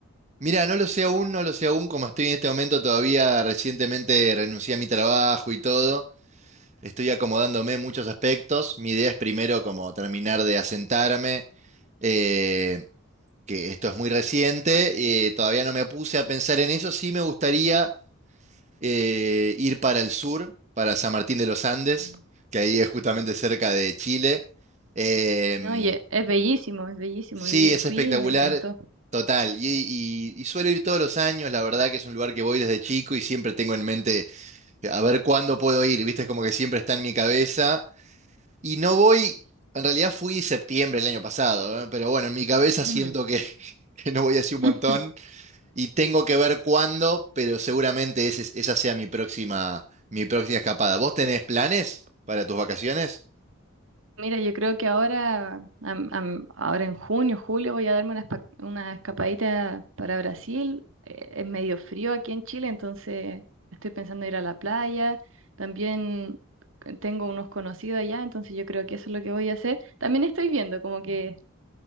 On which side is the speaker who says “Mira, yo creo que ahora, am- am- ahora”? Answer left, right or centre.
Right